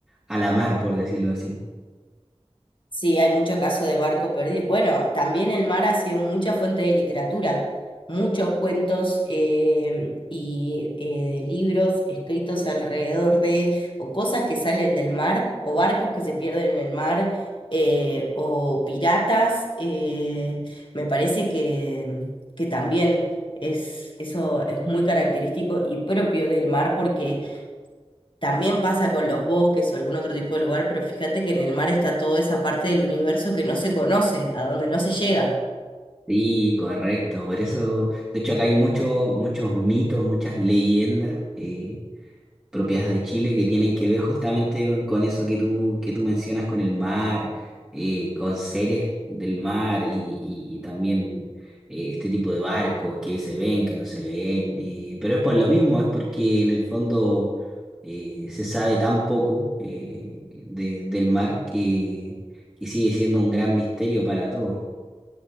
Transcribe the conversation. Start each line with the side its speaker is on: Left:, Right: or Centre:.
Centre: a la mar, por decirlo así.
Left: Sí, hay mucho caso de barco perdido. Bueno, también el mar ha sido mucha fuente de literatura, muchos cuentos eh, y eh, libros escritos alrededor de o cosas que salen del mar o barcos que se pierden en el mar eh, o piratas. eh, me parece que, que también es, eso es muy característico y propio del mar porque también pasa con los bosques o algún otro tipo de lugar, pero fíjate que en el mar está toda esa parte del universo que no se conoce, a donde no se llega.
Centre: Sí, correcto. Por eso, de hecho, acá hay muchos muchos mitos, muchas leyendas. eh, propias de Chile que tienen que ver justamente con, con eso que tú, que tú mencionas, con el mar, eh, con seres del mar y, y- y también eh, este tipo de barcos que se ven, que no se ven. eh, pero es por lo mismo, es porque en el fondo eh, se sabe tan poco eh, de- del mar que, que sigue siendo un gran misterio para todos.